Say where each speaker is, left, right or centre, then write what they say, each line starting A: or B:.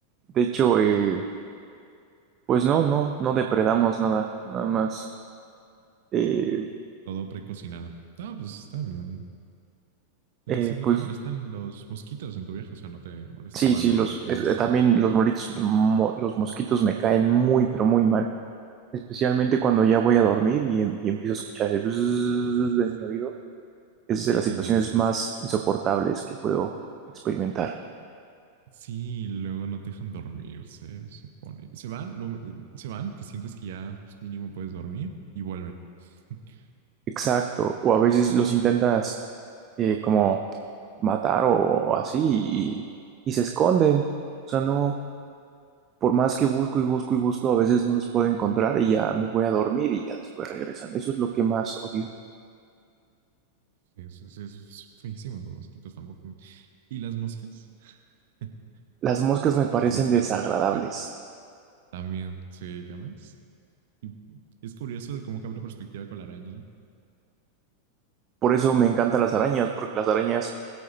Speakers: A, on the right (about 30°); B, on the right (about 55°).
A: De hecho, eh, pues no, no, no depredamos nada, nada más. Eh,
B: Todo precocinado. Ah, pues está bien. Entonces
A: eh,
B: no
A: pues
B: te molestan los mosquitos en tu viaje, o sea, no te molestaban
A: Sí, sí, los,
B: los...
A: es- eh, también los moritos, mo- los mosquitos me caen muy, pero muy mal. Especialmente cuando ya voy a dormir y, em- y empiezo a escuchar el bzzz
B: Sí,
A: en mi oído. Es de las
B: sí,
A: situaciones
B: sí.
A: más insoportables que puedo experimentar.
B: Sí, luego no te dejan dormir, se supone. Se van, lo- eh, se van, te sientes que ya pues, mínimo puedes dormir y vuelven. <laughs>
A: Exacto. O a veces los intentas eh, como matar o así y, y se esconden. O sea, no, por más que busco y busco y busco, a veces no los puedo encontrar y ya me voy a dormir y ya después regresan. Eso es lo que más odio.
B: Eso es, eso es feísimo, los mosquitos tampoco. ¿Y las moscas? <laughs>
A: Las moscas me parecen
B: Las moscas,
A: desagradables.
B: ¿qué opinan? También, sí, ya ves. Y es curioso de cómo cambia la perspectiva con la araña.
A: Por eso me encantan las arañas, porque las arañas